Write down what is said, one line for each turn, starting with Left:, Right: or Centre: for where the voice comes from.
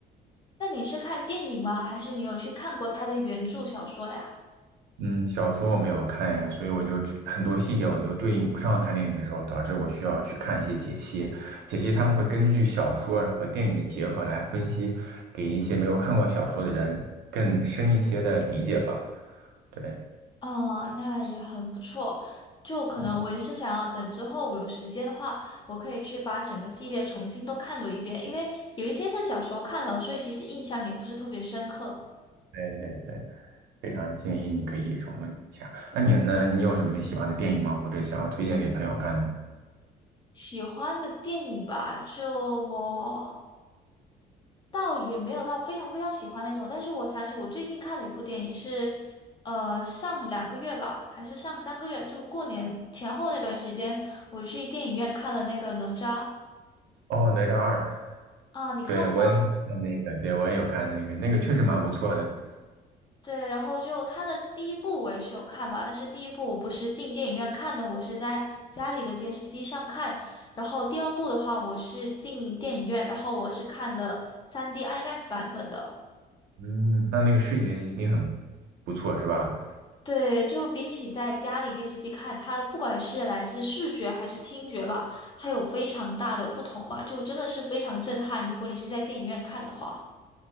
Left: 那你是看电影吗？还是你有去看过它的原著小说呀？
Right: 嗯，小说我没有看呀，所以我就只很多细节我就对应不上看电影的时候，导致我需要去看一些解析。解析他们会根据小说和电影的结合来分析，给一些没有看过小说的人更深一些的理解吧。对，
Left: 啊，那也很不错。就可能我也是想要等之后我有时间的话，
Right: 对，
Left: 我可以去把整个系列重新都看多一遍，因为有一些是小时候看了，所以其实印象也不是特别深刻。
Right: 对，对，对，非常建议你可以重温一下。那你呢？你有什么喜欢的电影吗？或者想要推荐给朋友看的？
Left: 喜欢的电影吧，就我倒也没有到非常非常喜欢那种，但是我想起我最近看的一部电影是，呃，上两个月吧，还是上三个月，就过年前后那段时间，我去电影院看了那个哪吒
Right: 哦，《哪吒二》，
Left: 啊，你看？
Right: 对，
Left: 了？
Right: 我也看那个，对，我也有看那个，那个确实蛮不错的。
Left: 对，然后就它的第一部我也是有看吧，但是第一部我不是进电影院看的，我是在家里的电视机上看。然后第二部的话，我是进电影院，然后我是看了 3D IMAX 版本的。
Right: 嗯，那那个视觉一定很不错，是吧？
Left: 对，就比起在家里电视机看，它不管是来自视觉还是听觉吧，它有非常大的不同吧，就真的是非常震撼。如果你是在电影院看的话，